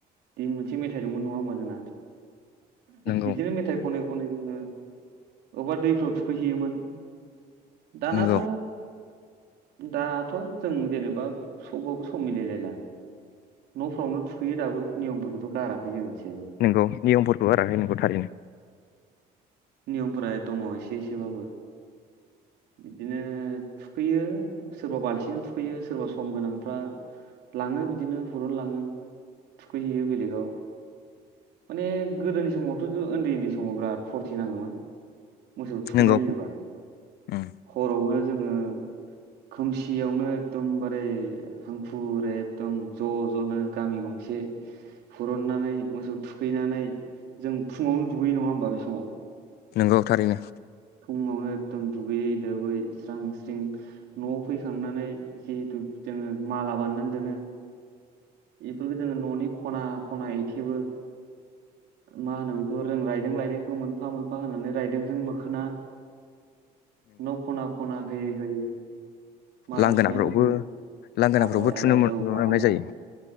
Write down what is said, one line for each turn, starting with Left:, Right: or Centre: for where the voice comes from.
Right: दि मोनसे मेथाइ दंमोन नङा होमबा जोंना?
Left: नंगौ
Right: बिदिनो मेथाइ खनै खनै जोंङो अबार दै थु थुखैहैयोमोन दानाथ'
Left: नंगौ
Right: दाथ' जों जेनेबा सबबाबो सम मिलायलायला न'फोरावनो थुखैयो दाबो नियमफोरखौथ' गाराखै जोंनिथिं
Left: नोंगौ नियमफोरखौ गाराखै नोंखौ थारैनो
Right: नियमफोरा दङ एसे एसेबाबो बिदिनो थुखैयो सोरबा बालथिंजों थुखैयो सोरबा सम गोनांफ्रा लाङो बिदिनो फुरनो लाङो थुखैहैयो बेलेगाव माने गोदोनि समावथ' उन्दै उन्दै समाव बिराद फ फुरथि नाङोमोन मोसौ थुखैनाय
Left: नंगौ
Right: होनोब्ला
Left: उम
Right: हरावनो जोङो औ खोमसियावनो एकदम बारे ओरै हांखुर एदम ज' ज'नो गामि गंसे हरननानै मोसौ थुखैनानै जों फुङावनो दुगैयो नङा होमबा बे समाव
Left: नोंगौ थारैनो
Right: फुङावनो एखदम दुगैयै लोबै स्रां स्रिं न'आव फैखांनानै जिहेथु जोङो माला बाननानै दोनो बेफोरो न'नि खना खना ओइ जेबो मा होनो बेखौ रों रायदों लायनायखौ मोनफा मोनफा होननानै रायदोंजों मोखोना न' खना खना होयै होयै माला
Left: लांगोनाफोरावबो
Right: सुनायफोरखौ
Left: लांगोनाफोरावबो
Right: आलाय आलाय
Left: थुनो नुलांनाय
Right: औ लांगोना
Left: जायो।